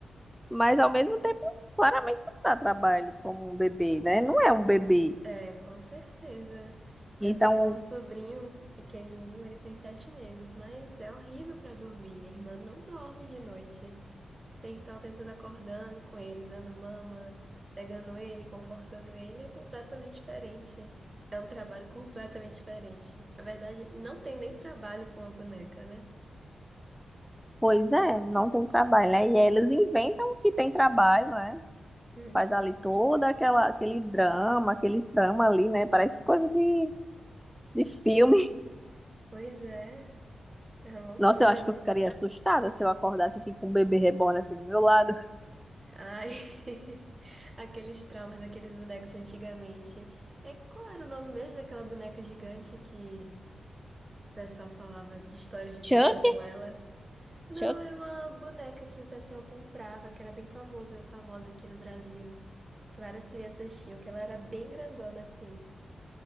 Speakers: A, in the centre; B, on the right.
A: mas ao mesmo tempo claramente não dá trabalho como um bebê, né? Não é um bebê.
B: É, com certeza.
A: Então,
B: Eu tenho um sobrinho pequenininho, ele tem sete meses, mas é horrível pra dormir. Minha irmã não dorme de noite. Tem que estar o tempo todo acordando com ele, dando mama, pegando ele, confortando ele. É completamente diferente. É um trabalho completamente diferente. Na verdade, não tem nem trabalho com a boneca, né?
A: pois é, não tem trabalho, né? E elas inventam que tem trabalho, né?
B: Hum.
A: Faz ali toda aquela aquele drama, aquele trama ali, né? Parece coisa de de filme.
B: Pois é, é uma loucura
A: Nossa, eu acho
B: mesmo.
A: que eu ficaria assustada se eu acordasse assim com um bebê reborn assim do meu lado.
B: Ai, <laughs> aqueles traumas daqueles bonecos de antigamente. E qual era o nome mesmo daquela boneca gigante que o pessoal falava de histórias de
A: Chuck?
B: terror com ela? Não,
A: Chuck?
B: era uma boneca que o pessoal comprava, que era bem famosa, famosa aqui no Brasil. Que várias crianças tinham, que ela era bem grandona assim.